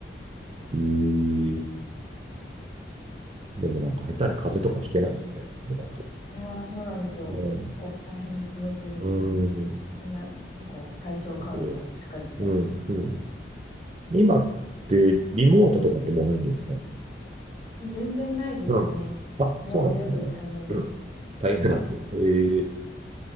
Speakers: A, on the right; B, on the left.
A: えーん、でもなんか下手に風邪とかひけないですね。それだと。
B: いやー、そうなんですよ。
A: うん。
B: こう大変ですね、そういう点でも。
A: うん。
B: みんな結構体調管理はしっかりしてます。
A: こう。うん。うん。今ってリモートとかってもうないんですか
B: 全然ないですね。
A: うん。あ、
B: もう全部対面です。
A: そうなんですね。うん。大変なんですね。えー、